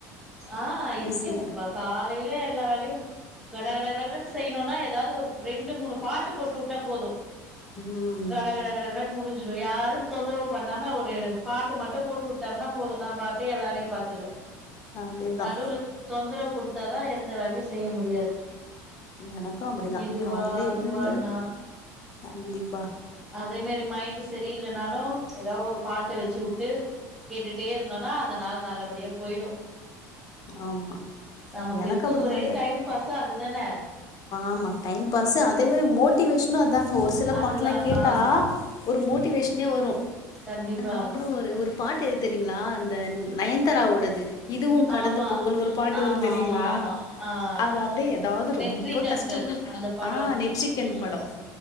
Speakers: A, in the centre; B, on the left.
A: ஆ இருக்கு
B: இசை?
A: இருக்கு ப காலைல எல்லா வேலையு கட கட கட கடன்னு செய்யணும்னா ஏதாவது ஒரு ரெண்டு மூணு பாட்டு போட்டு வுட்டா போதும்
B: ம்.
A: கட கட கடகட முடிச்சு யாரும் தொந்தரவு பண்ணாம ஒரு பாட்டு மட்டும் போட்டு வுட்டாங்கன்னா போதும் நா பாட்டு என் வேலைய பாத்துருவே
B: அதேதான்.
A: நடுவுல தொந்தரவு குடுத்தாதா எந்த வேலயு செய்ய முடியாது
B: எனக்கும் அப்டிதா
A: இதுவா
B: காலைல
A: அதுவான்னா
B: எழுந்து கண்டிப்பா
A: அதே மாரி மைண்டு செரியில்லனாலு ஏதா ஒரு பாட்ட வச்சு விட்டு கேட்டுட்டே இருந்தோன்னா அந்த நாள் நல்லபடியா போயிடும்
B: ஆமா.
A: நமக்கு
B: எனக்கும்
A: இருக்க
B: அப்படிதாங்க.
A: ஒரே டைம் பாஸு அதுதான
B: ஆமா டைம் பாஸு அதே மாரி மோட்டிவேஷனு அதாங்க ஒரு சில
A: அதுதான்
B: பாட்டுல்லா கேட்டா
A: ஆ
B: ஒரு மோட்டிவேஷ்னே வரும்
A: கண்டிப்பா
B: அ நம்பளு ஒரு ஒரு பாட்டு எது தெரியுங்களா இந்த நயன்தாரா ஓடது இதுவும் கடந்து
A: ஆமா
B: போகுன்னு ஒரு பாட்டு
A: ஆமா
B: வரும் தெரியுங்களா
A: ஆமா ஆமா ஆ
B: அது அப்டியே ஏதாது
A: நெற்றி
B: ரொம்ப
A: கண்கள்
B: கஷ்டமா இரு
A: அந்த படோ
B: ஆ நெற்றிகண்
A: ம்
B: படம்